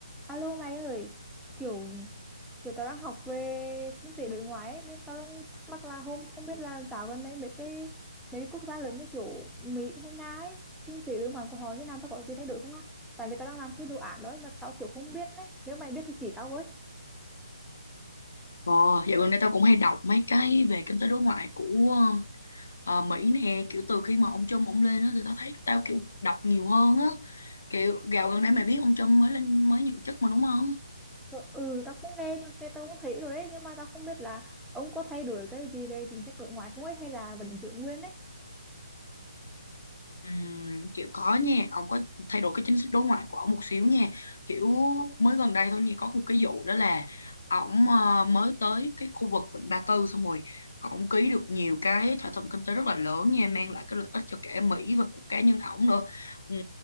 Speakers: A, in the centre; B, on the left (about 55°).
A: Alo mày ơi, kiểu kiểu tao đang học về kinh tế đối ngoại ấy, nên tao đang thắc mắc là không không biết là dạo gần đây mấy cái mấy cái quốc gia lớn như kiểu Mỹ hay Nga ấy, kinh tế đối ngoại của họ như nào tao có gì thay đổi không á? Tại vì tao đang làm cái đồ án đấy mà tao kiểu không biết đấy. Nếu mày biết thì chỉ tao với.
B: Ờ, dạo gần đây tao cũng hay đọc mấy cái về kinh tế đối ngoại của ờ, Mỹ nè kiểu từ khi mà ông Trump ông lên á thì tao thấy tao kiểu đọc nhiều hơn á kiểu gạo gần đây mày biết ông Trump mới lên mới nhậm chức mà đúng không
A: Ờ, Ừ, tao cũng nghe, cái tao cũng thấy rồi ấy, nhưng mà tao không biết là ông có thay đổi cái gì về chính sách đối ngoại không ấy hay là vẫn giữ nguyên ấy.
B: Ừm, kiểu có nha ông có thay đổi cái chính sách đối ngoại của ông một xíu nha kiểu mới gần đây thôi nha có một cái vụ đó là ổng ờ, mới tới cái khu vực Vịnh Ba Tư xong rồi ổng ký được nhiều cái thỏa thuận kinh tế rất là lớn nha mang lại cái lợi ích cho cả Mỹ và của cá nhân ổng nữa Ừm,